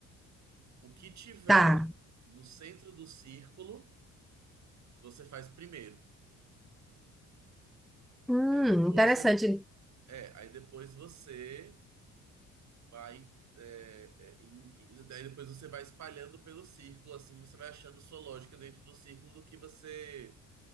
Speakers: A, on the right; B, in the centre.
A: O que tiver
B: tá.
A: no centro do círculo, você faz primeiro.
B: Hum,
A: Aí depois
B: interessante.
A: você, é, aí depois você vai é, é, em- daí depois você vai espalhando pelo círculo, assim, você vai achando sua lógica dentro do círculo do que você